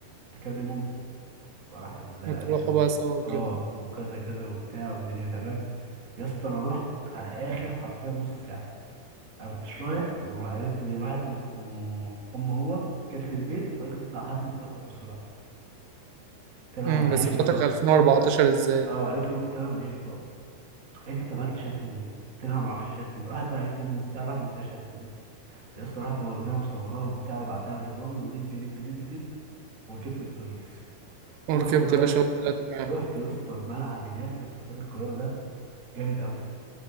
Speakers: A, on the right; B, on the right.
A: تكلم امي فراح قال-
B: وتروحوا
A: قالت له
B: بقى سوا وكده
A: اه وكذا كذا وبتاع والدنيا تمام يا اسطى انا رحت على اخر حرفيا نص ساعه انا ما كنتش رايح وقالت لي راحت ام ام هو جت لي البيت وقالت لي اطلع هات لي بطاقتك بسرعه قلت لها
B: امم
A: انا معيش
B: بس فاتك
A: بطاقه
B: 2014 ازاي
A: اه قالت له قلت لها انا معيش بطاقه قالت لي طب هات لي شهاده الميلاد قلت لها ما اعرفش شهاده الميلاد راحت بقى قالت لي امي وبتاع راحت مديها شهاده الميلاد يا اسطى راحت واخداها مصوراها وبتاع وبعتها للراجل ودب دب دب دب وركبت الاتوبيس
B: وركبت
A: رحت بقى
B: يا باشا وطلعت معاه
A: رحت يا اسطى الملعب هناك يا اسطى استاد القاهره ده جامد قوي